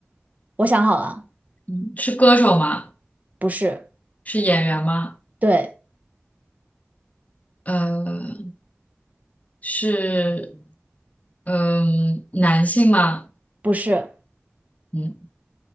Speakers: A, on the right; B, on the left.
A: 我想好了，
B: 嗯，是歌手吗？
A: 不是，
B: 是演员吗？
A: 对，
B: 呃，是嗯、男性吗？
A: 不是。
B: 嗯